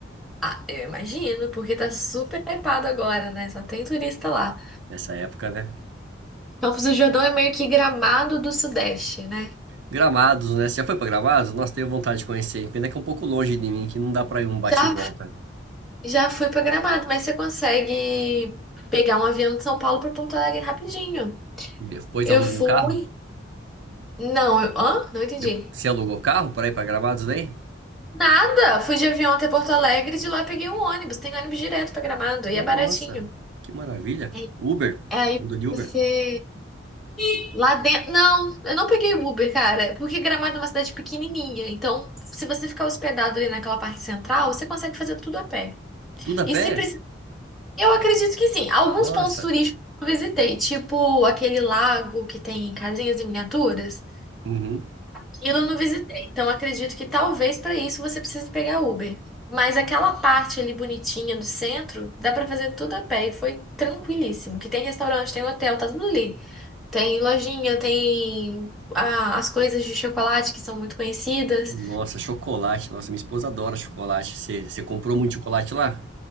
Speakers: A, in the centre; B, on the right.
A: Ah, eu imagino, porque tá super hypado agora, né? Só tem turista lá.
B: Nessa época, né?
A: Campos do Jordão é meio que Gramado do Sudeste, né?
B: Gramados, né? Você já foi pra Gramados? Nossa, tenho vontade de conhecer. Pena que é um pouco longe de mim, que não dá pra ir um bate
A: Já,
B: e volta.
A: já fui pra Gramado, mas você consegue pegar um avião de São Paulo pra Porto Alegre rapidinho.
B: Depois
A: Eu
B: aluga
A: fui.
B: um carro?
A: Não, eu... Hã? Não entendi.
B: Depois, você alugou carro pra ir pra Gramados daí?
A: Nada! Fui de avião até Porto Alegre e de lá peguei um ônibus. Tem ônibus direto pra Gramado e
B: Nossa,
A: é baratinho.
B: que maravilha.
A: É,
B: Uber?
A: Aí
B: Andou de
A: você
B: Uber?
A: Lá dentro. Não, eu não peguei Uber, cara, porque Gramado é uma cidade pequenininha. Então, se você ficar hospedado ali naquela parte central, você consegue fazer tudo a pé.
B: Tudo a
A: E
B: pé?
A: se precisar. Eu acredito que sim. Alguns
B: Nossa,
A: pontos turísticos eu visitei, tipo aquele lago que tem casinhas em miniaturas.
B: Uhum.
A: Aquilo eu não visitei, então acredito que talvez para isso você precise pegar Uber. Mas aquela parte ali bonitinha do centro, dá para fazer tudo a pé e foi tranquilíssimo. Que tem restaurante, tem hotel, tá tudo ali. Tem lojinha, tem ah, as coisas de chocolate que são muito conhecidas.
B: Nossa, chocolate. Nossa, minha esposa adora chocolate. Você você comprou muito chocolate lá?